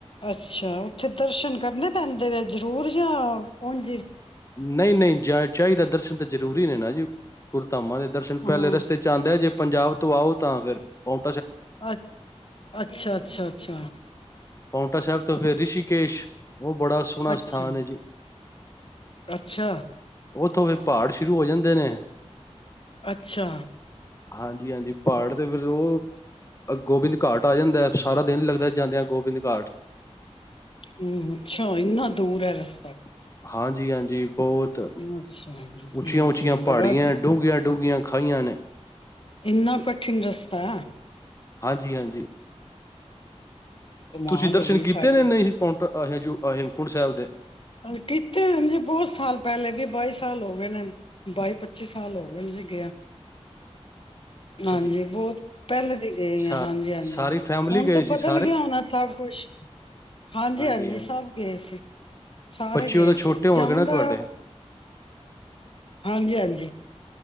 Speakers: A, on the left (about 50°); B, on the left (about 25°).
A: ਅੱਛਾ, ਔਥੇ ਦਰਸ਼ਨ ਕਰਨੇ ਕਹਿੰਦੇ ਨੇ ਜਰੂਰ ਜਾ ਆਔ। ਹੁਣ
B: ਨਈ-ਨਈ ਜਾ ਚਾਈਦੈ ਦਰਸ਼ਨ ਤਾਂ ਜ਼ਰੂਰੀ ਨੇ ਨਾ ਜੀ। ਕੁਰ ਧਾਮਾਂ ਦੇ ਦਰਸ਼ਨ
A: ਹਾਂ
B: ਪੈਲੇ ਰਸਤੇ ਚ ਆਂਦੈ ਜੇ ਪੰਜਾਬ ਤੋਂ ਆਔ ਤਾਂ ਫਿਰ ਪਾਉਂ
A: ਅੱ, ਅੱਛਾ-ਅੱਛਾ-ਅੱਛਾ
B: ਪਾਊਂਟਾ ਸੈਬ ਤੋਂ ਫੇਰ ਰਿ ਸ਼ੀਕੇਸ਼ ਵੋ ਬੜਾ ਸੋਹਣਾ
A: ਅੱਛਾ
B: ਸਥਾਨ ਐਜੀ
A: ਅੱਛਾ।
B: ਔਥੋਂ ਫਿਰ ਪਹਾੜ ਸ਼ੁਰੂ ਹੋ ਜਾਂਦੇ ਨੇ।
A: ਅੱਛਾ।
B: ਹਾਂਜੀ-ਹਾਂਜੀ, ਪਹਾੜ ਤੇ ਫਿਰ ਔ ਅ ਗੋਬਿੰਦ ਘਾਟ ਆ ਜਾਂਦੈ ਸਾਰਾ ਦਿਨ ਲੱਗਦੈ ਜਾਂਦਿਆਂ ਗੋਬਿੰਦ ਘਾਟ।
A: ਹੂ ਅੱਛਾ, ਇੰਨਾ ਦੂਰ ਐ ਰਸਤਾ
B: ਹਾਂਜੀ-ਹਾਂਜੀ। ਬਹੋਤ
A: ਅੱਛਾ ਹੂੰ
B: ਉੱਚੀਆਂ-ਉੱਚੀਆਂ ਪਹਾੜੀਐਂ,
A: ਬੜਾ
B: ਡੂੰਘੀਆਂ-ਡੂੰਘੀਆਂ ਖਾਈਆਂ ਨੇ।
A: ਇੰਨਾਂ ਕਠਿਨ ਰਸਤੈ।
B: ਹਾਂਜੀ-ਹਾਂਜੀ।
A: ਕਮਾਲ
B: ਤੁਸੀਂ ਦਰਸ਼ਨ
A: ਹੋ ਗਏ
B: ਕੀਤੇ
A: ਸਾਡੇ
B: ਨੇ ਨਈ ਸੀ ਪੌਂਟਾ ਆ ਹੇ ਜੋ ਆ ਹੇਮਕੁੰਡ ਸੈਬ ਦੇ।
A: ਔਰ ਕੀਤੇ ਐਂ ਜੀ ਬੋਤ ਸਾਲ ਪੈਲੇ ਵੀ-ਬਾਈ ਸਾਲ ਹੋ ਗਏ ਨੇ, ਬਾਈ-ਪੱਚੀ ਸਾਲ ਹੋ ਗਏ ਜੀ ਗਿਆਂ।
B: ਅੱਛਾ
A: ਹਾਂਜੀ
B: ਜੀ
A: ਬਹੁਤ ਪਹਿਲੇ ਦੀ ਗਏ
B: ਸਾ
A: ਆਂ। ਹਾਂਜੀ- ਹਾਂਜੀ
B: ਸਾਰੀ ਫੈਮਿਲੀ
A: ਹੁਣ
B: ਗਏ
A: ਤਾਂ
B: ਸੀ
A: ਬਦਲ
B: ਸਾਰੇ
A: ਗਿਆ ਹੋਣਾ ਸਭ ਕੁਛ। ਹਾਂਜੀ-ਹਾਂਜੀ
B: ਹਾਂਜੀ ਹਾਂਜੀ
A: ਸਭ ਗਏ ਸੀ। ਸਾਰੇ
B: ਬੱਚੇ
A: ਗਏ
B: ਉਦੋਂ ਛੋਟੇ
A: ਸੀ
B: ਹੋਣਗੇ
A: ਜਾਣ
B: ਨਾ
A: ਦਾ
B: ਤੁਹਾਡੇ
A: ਹਾਂਜੀ ਹਾਂਜੀ